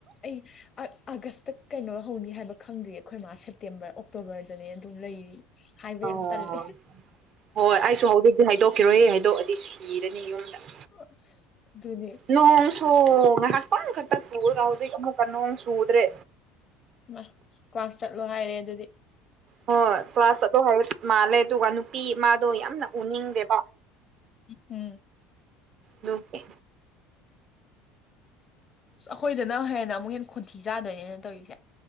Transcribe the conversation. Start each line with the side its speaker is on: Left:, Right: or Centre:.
Left: ꯑꯩ ꯑꯥ ꯑꯥꯒꯁꯇ ꯀꯩꯅꯣ ꯍꯧꯅꯤ ꯍꯥꯏꯕ ꯈꯪꯗ꯭ꯔꯤ ꯑꯈꯣꯏ ꯃꯥꯁ ꯁꯦꯞꯇꯦꯝꯕꯔ ꯑꯣꯛꯇꯣꯕꯔꯗꯅꯦ ꯑꯗꯨꯝ ꯂꯩꯔꯤ ꯍꯥꯏꯕ
Right: ꯑꯣ
Left: ꯌꯥꯝ ꯇꯜꯂꯦ
Right: ꯍꯣꯏ ꯑꯩꯁꯨ ꯍꯧꯖꯤꯛꯇꯤ ꯍꯥꯏꯗꯣꯛꯈꯤꯔꯣꯏ ꯍꯥꯏꯗꯣꯛꯑꯗꯤ ꯁꯤꯔꯅꯤ ꯌꯨꯝꯗ
Left: ꯑꯁ ꯑꯗꯨꯅꯦ
Right: ꯅꯣꯡꯁꯨ ꯉꯥꯍꯥꯛꯇꯪꯈꯛꯇ ꯁꯨꯔꯒ ꯍꯧꯖꯤꯛ ꯑꯃꯨꯛꯀ ꯅꯣꯡ ꯆꯨꯗ꯭ꯔꯦ
Left: ꯃꯥ ꯀ꯭ꯂꯥꯁ ꯆꯠꯂꯣ ꯍꯥꯏꯔꯦ ꯑꯗꯨꯗꯤ
Right: ꯍꯣꯏ ꯀ꯭ꯂꯥꯁ ꯆꯠꯂꯣ ꯍꯥꯏꯕ ꯃꯥꯜꯂꯦ ꯑꯗꯨꯒ ꯅꯨꯄꯤ ꯃꯥꯗꯣ ꯌꯥꯝꯅ ꯎꯅꯤꯡꯗꯦ
Left: ꯎꯝ
Right: ꯗꯨꯒꯤ
Left: ꯑꯁ ꯑꯈꯣꯏꯗꯅ ꯍꯦꯟꯅ ꯑꯃꯨꯛ ꯍꯦꯟ ꯈꯣꯟꯊꯤ ꯆꯥꯗꯣꯏꯅꯦꯅ ꯇꯧꯔꯤꯁꯦ